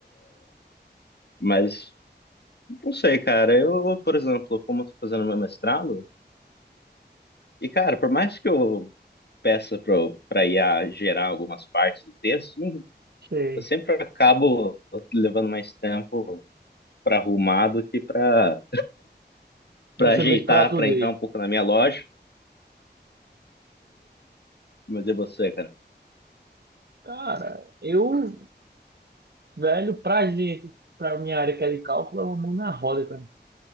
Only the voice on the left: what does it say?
mas não sei, cara. Eu, por exemplo, como eu tô fazendo meu mestrado, e, cara, por mais que eu peça pra, pra I a gerar algumas partes do texto, não-
eu sempre acabo levando mais tempo pra arrumar do que pra,
pra ajeitar,
pra entrar um pouco na minha lógica. Mas e você, cara?